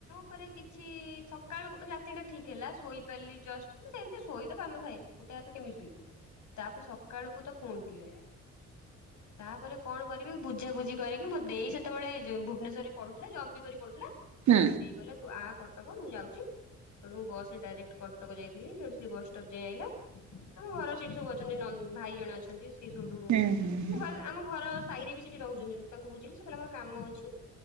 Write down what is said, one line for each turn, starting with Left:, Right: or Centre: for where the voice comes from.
Left: ତାପରେ କିଛି ସକାଳୁା ମାନେ ରାତି ଟା ଠିକ ହେଲା ଶୋଇ ପାରିଲି ଜଷ୍ଟ ମାନେ ସେମିତି ଶୋଇ ତ ପାରୁନଥାଏ। ଗୋଟେ ହାତରେ କେମିତି ଶୋଇବୁ ତାପରେ ସକାଳକୁ ତ ପୁଣି ଫୁଲିଗଲା।
Right: <unintelligible>
Left: ତାପରେ କଣ କରିବି ବୁଝାବୁଝି କରିକି ମୋ ଦେଇ ସେତେବେଳେ ଭୁବନେଶ୍ୱର ରେ ପଢୁଥିଲା ଜବ୍ ବି କରି ପଢୁଥିଲା। ମୋ
Right: ହୁଁ
Left: ଦେଇ କହିଲା ତୁ ଆ କଟକ ମୁଁ ଯାଉଚି। ସେଠୁ ମୁଁ ବସ ରେ ଡାଇରେକ୍ଟ କଟକ ଯାଇଥିଲି ସେଠୁ ସେ ବସଷ୍ଟପ୍ ଯାଏ ଆଇଲା ମାନେ ଘର ସେଠି ସବୁ ଅଛନ୍ତି ନ ଭାଇ ଜଣେ ଅଛନ୍ତି ସେ ସବୁଠୁ
Right: ହୁଁ ହୁଁ
Left: ଆମ
Right: ହୁଁ
Left: ଘର ଆମ ଘର ସାଇରେ ବି ସେଠି ରହୁଛନ୍ତି ତାଙ୍କୁ ବୁଝିଲି ସେ କହିଲେ ଆମର କାମ ଅଛି।